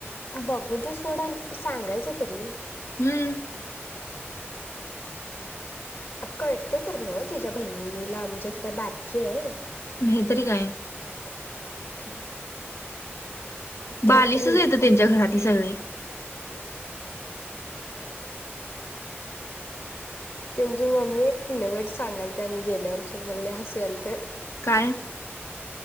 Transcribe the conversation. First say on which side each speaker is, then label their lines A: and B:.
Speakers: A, on the left; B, on the left.
A: बघुदे सोडा आण सांगायच तरी.
B: हम्म
A: कळते तर नव तिच्या बहिणीला आमच्या असं काय बारकीय.
B: नाही तरी काय
A: <unintelligible>
B: बालीसच
A: काहीतरी इम्पॉर्टंट
B: आहेत त्यांच्या घरातली सगळे. <inaudible>
A: त्यांची मम्मी एक लय वाईट सांगाल त्या आम्ही गेल्यावर सोडं मला लय हसू यायलत.
B: काय?